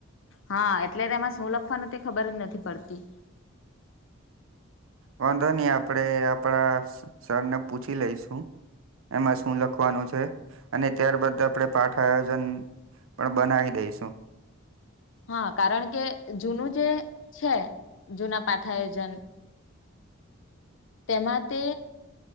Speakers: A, on the left; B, on the right.
A: હા એટલે તેમાં શું લખવાનું તે ખબર જ નથી પડતી.
B: વાંધો નહી આપડે આપડા સર ને પૂછી લઈશું. એમાં શું લખવાનું છે અને ત્યારબદ આપણેે પાઠ આયોજન પણ બનાવી દઈશું.
A: હા કારણ કે જૂનું જે છે. જૂના પાઠ આયોજન તેમાં તે